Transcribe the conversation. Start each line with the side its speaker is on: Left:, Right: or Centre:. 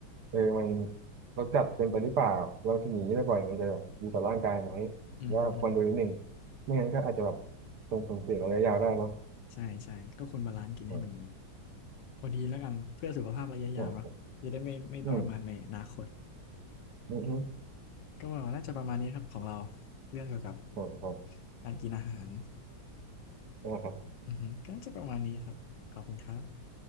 Right: เออมันเราจัดเป็นไปหรือวปล่าเราจะหนีได้บ่อยมันเลยแีต่อร่างกายไหม
Left: อือฮึอือฮึ
Right: ว่าควรดูนิดหนึ่งไม่งั้นก็อาจจะแบบส่งผลเสียระยะยาวได้นะ
Left: ใช่ใช่ก็ควรบาลานซ์กินให้มัน
Right: อื
Left: พอดีแล้วกันเพื่อสุขภาพระยะยาวเนาะจะได้ไม่ไม่ทรมานในอนาคต
Right: ออืออืมอืม
Left: ก็าน่าจะประมาณนี้ครับของเราเรื่องเกี่ยวกับ
Right: อืออื
Left: การกินอาหาร
Right: อ
Left: อือฮึก็น่าจะประมาณนี้ครับขอบคุณครับ